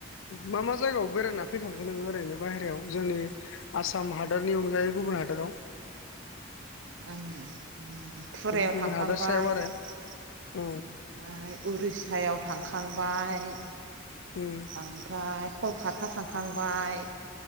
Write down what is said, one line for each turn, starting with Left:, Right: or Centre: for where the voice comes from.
Left: मा मा जायगायाव बेरायना फैखांखो नोङो ओरैनो बायहेरायाव जोंनि आसाम हादोरनि अनगायै गुबुन हादोराव
Right: आङो थुरायाव
Left: गुबुन
Right: थांखांबाय
Left: हादर सायाव आरो
Right: ओमफ्राय
Left: औ
Right: उरिस्सायाव थांखांबाय
Left: उम
Right: ओमफ्राय कलकाता थांखांबाय